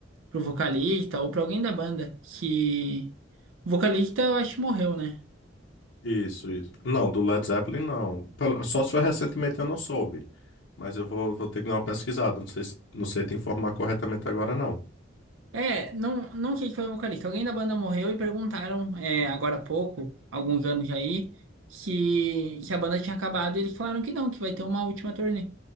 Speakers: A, on the right; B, on the left.
A: pro vocalista ou pra alguém da banda se. O vocalista, eu acho, que morreu, né?
B: Isso, isso. Não, do Led Zeppelin, não. Pelo- Só se foi recentemente eu não soube. Mas eu vou, vou ter que dar uma pesquisada. Não sei, se- não sei te informar corretamente agora, não.
A: É, não, não sei se foi o vocalista. Alguém da banda morreu e perguntaram, é, agora há pouco, alguns anos aí, se, se a banda tinha acabado. E eles falaram que não, que vai ter uma última turnê.